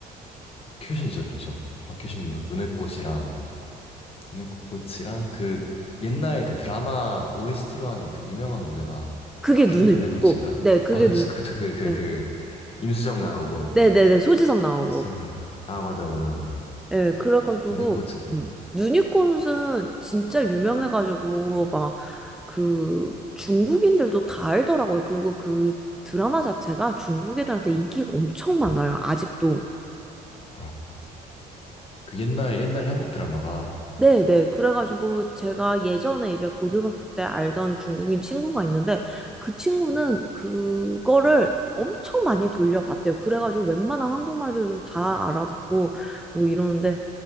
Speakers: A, on the left; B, in the centre.
A: 박효신 진짜 좋죠. 박효신 눈의 꽃이랑 눈의 꽃이랑 그 옛날 그 드라마 OST로 한 그 유명한 노래가
B: 그게
A: 아, 그게
B: 눈에
A: 눈의
B: 있고,
A: 꽃인가?
B: 네, 그게
A: 아, 그치,
B: 눈,
A: 그치, 그, 그,
B: 네,
A: 그 임수정 나오고
B: 네네네, 소지섭 나오고.
A: 임수정 나오고 아 맞아 맞아 맞아 맞아
B: 예, 그래가지고,
A: 눈의 꽃사진
B: 음. 누니꽃은 진짜 유명해가지고, 막, 그, 중국인들도 다 알더라고요. 그리고 그 드라마 자체가 중국 애들한테 인기가 엄청 많아요, 아직도.
A: 아, 그 옛날 옛날 한국 드라마가
B: 네, 네. 그래가지고 제가 예전에 이제 고등학교 때 알던 중국인 친구가 있는데 그 친구는 그거를 엄청 많이 돌려봤대요. 그래가지고 웬만한 한국말들도 다 알아듣고 뭐 이러는데